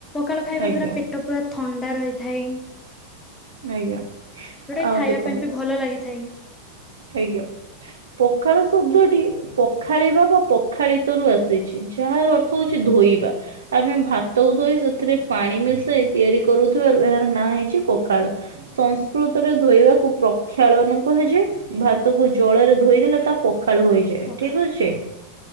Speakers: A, on the left; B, on the right.
A: ଖାଳ ଖାଇବା
B: ଆଜ୍ଞା।
A: ଦ୍ଵାରା ପେଟ ପୁରା ଥଣ୍ଡା ରହିଥାଇ। ହେଇଟା
B: ଆଜ୍ଞା
A: ବି
B: ଆ
A: ଏହି ଖାଇବା
B: ଦେଖନ୍ତୁ
A: ପାଇଁ ବି ଭଲ ଲାଗିଥାଇ।
B: ଆଜ୍ଞା। ପଖାଳ ଶବ୍ଦଟି ପଖାଳିବା ବା ପଖାଳିତରୁ ଆସିଛି। ଯାହାର ଅର୍ ଥ ହଉଚି
A: ହଁ
B: ଧୋଇବା। ଆମେ ଭାତକୁ ଧୋଇ ସେଥିରେ ପାଣି ମିଶେଇ ତିଆରି କରୁଥୁବାରୁ ଏହାର ନାଁ ହେଇଚି ପଖାଳ। ସଂସ୍କୃତରେ ଧୋଇବାକୁ ପ୍ରକ୍ଷାଳନ କୁହାଯାଏ। ଭାତକୁ ଜଳେରେ ଧୋଇଦେଲେ ତା ପଖାଳ ହୋଇଯାଏ।
A: ପଖାଳ
B: ଠିକ ଅଛି।